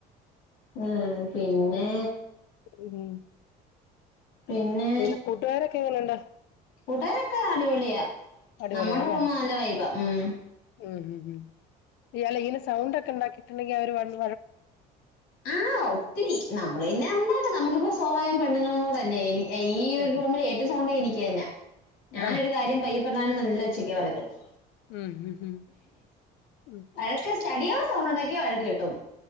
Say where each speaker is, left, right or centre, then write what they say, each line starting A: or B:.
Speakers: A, on the left; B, on the left.
A: ആഹ് പിന്നെ
B: ആ <unintelligible>
A: പിന്നെ
B: പിന്ന കൂട്ടുകാരൊക്കെ എങ്ങനെയുണ്ട്
A: കൂട്ടാരൊക്കെ അടിപൊളിയാ
B: അടിപൊളിയല്ലേ
A: നമ്മുടെ റൂം നല്ല വൈബാ ഉം
B: ഉം ഉം ഉം ഇയാളിങ്ങനെ സൗണ്ട് ഒക്കെ ഉണ്ടാക്കി ണ്ടെങ്കി അവര് വന്ന്
A: ആഹ് ഒത്തിരി നമ്മള് പിന്നെ എന്താട്ട നമുക്കിപ്പോ സ്വഭാവം പെണ്ണുങ്ങളും കൂടെ അല്ലേനി ഈ ഒരു
B: ഉം ഉം
A: റൂമില്
B: ഉം
A: ഏറ്റവുംസൗണ്ട് എനിക്ക്ന്നാ ഞാനൊരു
B: ആ
A: കാര്യം പയ്യ പറഞ്ഞാലും നല്ല ഒച്ചക്കെ പറയത്തൊള്ളൂ
B: ഉം ഉം ഉം ഉം
A: വഴക്ക് സ്റ്റഡി ഹോളി സൗണ്ട് ഉണ്ടാക്കിയ വഴക്ക് കിട്ടും